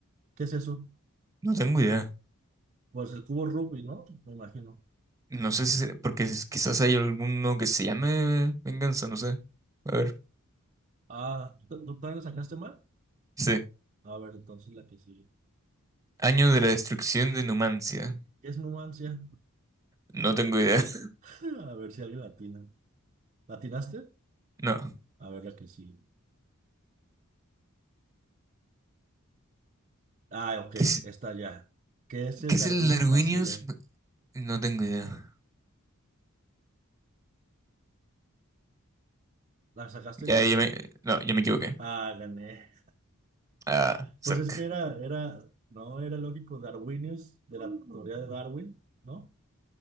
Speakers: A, on the right; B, on the right.
A: ¿Qué es eso?
B: no tengo idea.
A: Pues el cubo rugby, ¿no? Me imagino.
B: No sé si, porque es- quizás hay alguno que se llame Venganza, no sé. A ver.
A: Ah, ¿tú, tú también lo sacaste mal?
B: Sí.
A: A ver, entonces la que sigue.
B: Año de la destrucción de Numancia.
A: ¿Qué es Numancia?
B: No tengo idea. <laughs>
A: <laughs> A ver si alguien latina. ¿Latinaste?
B: No.
A: A ver la que sigue. Ah, ok,
B: ¿Qué es,
A: está ya. ¿Qué es el
B: qué es
A: Darwinus
B: el Darwinius?
A: macile?
B: No tengo idea.
A: ¿La sacaste
B: Ya,
A: bien?
B: ya me, no, ya me equivoqué.
A: Ah, gané.
B: Ah, cerca.
A: Pues es que era, era, no era lógico Darwinius de la teoría de Darwin, ¿no?